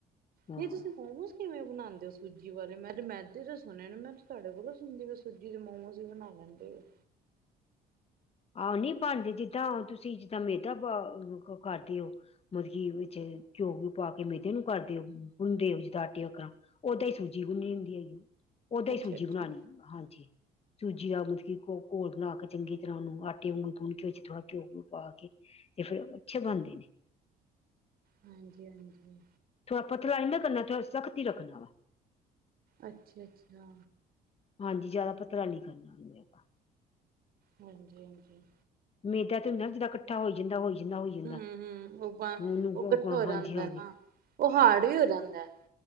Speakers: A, on the left; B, on the right.
A: ਹਾਂ
B: ਨਹੀਂ ਤੁਸੀਂ ਮੋਮੋਸ ਕਿਵੇਂ ਬਣਾਉਂਦੇ ਹੋ ਸੂਜੀ ਵਾਲੇ ਮੈਂ ਤੇ ਮੈਦੇ ਤੇ ਸੁਣਣੇ ਨੇ ਮੈਂ ਤੁਹਾਡੇ ਕੋਲੋਂ ਸੁਣਦੀ ਪਈ ਵਾਂ ਸੂਜੀ ਜਿ ਮੋਮੋਸ ਵੀ ਬਣਾ ਲੈਂਦੇ ਹੋ
A: ਆਹ ਨਹੀਂੀ ਬਣਦੇ ਜਿੱਦਾਂ ਤੁਸੀਂ ਜਿੱਦਾਂ ਮੈਦਾ ਕਰਦੇ ਹੋ ਮਤਲਬ ਕੀ ਵਿੱਚ ਘਿਓ ਘਿਓ ਪਾ ਕੇ ਮੇਦੇ ਨੂੰ ਕਰਦੇ ਓ ਗੁਨਦੇ ਹੋ ਜਿੱਦਾਂ ਆਟੇ ਵਗਰਾ। ਉਦਾ ਹੀ ਸੂਜੀ ਗੁੰਨੀ ਹੁੰਦੀ ਹੈਗੀ ਉਹ ਓਦਾਂ
B: ਅੱਛਾ
A: ਹੀ ਸੂਜੀ
B: ਅੱਛਾ
A: ਬਣਾਉਣੀ ਹਾਂਜੀ ਸੂਜੀ ਦਾ ਮਤਲਬ ਕਿ ਘ ਘੋਲ ਬਣਾ ਕੇ ਚੰਗੀ ਫ ਉਹਨੂੰ ਆਟੇ ਵਾਂਗੂੰ ਗੁਣ ਕੇਿ ਵਿੱਚ ਥੋੜਾ ਘਿਓ ਘਿਓ ਪਾ ਕੇ ਤੇ ਫੇਰ ਅੱਛੇ ਬਣਦੇ ਨੇ
B: ਹਾਂਜੀ -ਹਾਂਜੀ
A: ਥੋੜਾ ਪਤਲਾ ਹੀ ਨਹੀਂ ਨਾ ਕਰਨਾ ਥੋੜਾ ਸਖ਼ਤ ਇ ਰੱਖਨਾ ਵਾ।
B: ਅੱਛਾ ਅੱਛਾ
A: ਹਾਂਜੀ ਜ਼ਿਆਦਾ ਪੱਤਲਾ ਨੀ ਕਰਨਾ। ਉਹਨੂੰ ਆਪਾਂ
B: ਹਾਂਜੀ ਹਾਂਜੀ
A: ਮੇਦਾ ਤੇ ਹੁੰ ਨਾ ਜਦਾਂ ਇਕੱਠਾ ਹੋਈ ਜਾਂਦਾ ਹੋਈ ਜਾਂਦਾ ਹੋਈ ਜਾਂਦਾ
B: ਹਮ ਹਮ ਉਹ
A: ਉਹਨੂੰ ਗੋ-
B: ਉਹ ਇਕੱਠਾ
A: ਗੋ-
B: ਹੋ ਜਾਂਦਾ
A: ਹਾਂਜੀ ਹਾਂਜੀ
B: ਨਾ ਉਹ ਹਾਰਡ ਵੀ ਹੋ ਜਾਂਦਾ